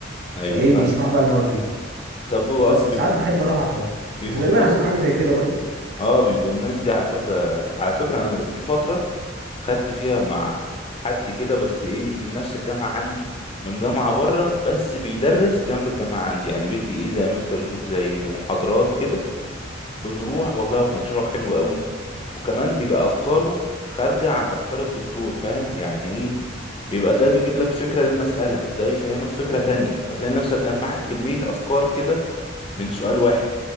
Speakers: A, on the left; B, on the right.
A: ايوه
B: فايه
A: فاهمك
B: بيشرحوا بقى المواد دي
A: طب بيبقوا
B: بس
A: بيبقوا
B: فساعات بحب اروح احضر
A: بيبقوا
B: انتوا تقريبا
A: الناس
B: عندكم حاجه زي كده برضو
A: اه بيبقوا الناس دي على فكرة على فكرة انا في فترة خدت فيها مع حد كده بس ايه مش من نفس الجامعة عندي من جامعة بره بس بيدرس جنب الجامعة عندي يعني بدي ايه زي ما انت بتقول زي محاضرات كده بنروح والله وكان شرحه حلو قوي وكمان بيبقى افكاره خارجة عن افكار الدكتور فاهم يعني ايه بيبقى ده بيجيب لك فكرة للمسألة وده يفهمك فكرة تانية فتلاقي نفسك جمعت كمية افكار كده من سؤال واحد